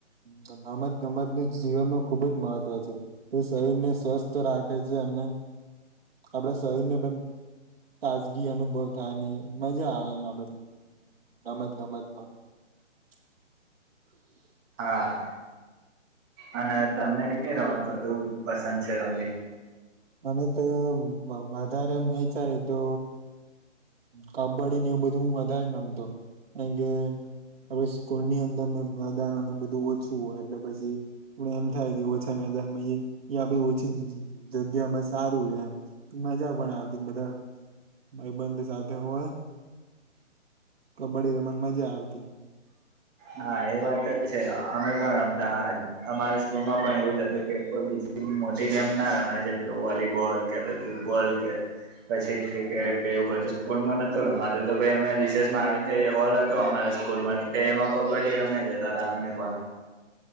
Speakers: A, on the right; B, on the right.
A: તો ગમત ગમતને જીવનમાં ખુબ જ મહત્વ છે તે શરીરને સ્વસ્થ રાખે છે અને આપણા શરીરને પણ તાજગી અનુભવ થાય ને મજા આવે એમ આપડે ગમત ગમતમાં <unintelligible>
B: હા અને તમને કઈ રમત વધુ પસંદ છે રમવી
A: મને તો વધારે વિચારી તો કબડડી ને એવું બધું હું વધારેને રમતો કાર કે હવે સ્કૂલ ની અંદર ને મેદાનને બધું ઓછું હોય એટલે પછી એમ થાય કે ઓછા મેદાન માં <unintelligible> ઓછી જગ્યામાં સારું રે એમ મજા પણ આવતી બધા ભાઈબંધ સાથે હોય કબડ્ડી રમને મજા આવતી
B: હા એ વાત તો છે અમે પણ રમતા અમારી સ્કૂલ માં પણ એવું જ હતું કે કોઈ બીજું મોટી ગેમ ના રમા જેમ કે વોલીબોલ કે પાઈ ફૂટબોલ કે પછી એટલે કે કે એવું બધું સ્કૂલમાં નત અમાર તોાઈ અમે રશેષમાં આવી રીતે હોલ હતો અમારા સ્કૂલમાં તો એમાં કબડ્ડી રમે જતા હતા અમે પણ